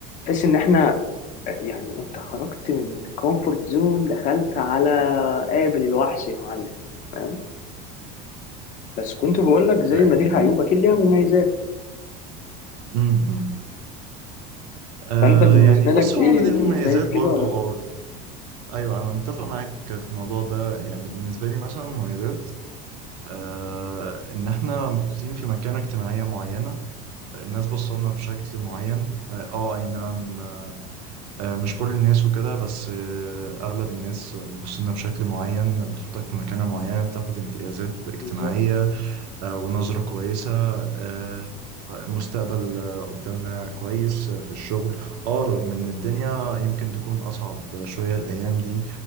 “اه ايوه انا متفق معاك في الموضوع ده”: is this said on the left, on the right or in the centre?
Right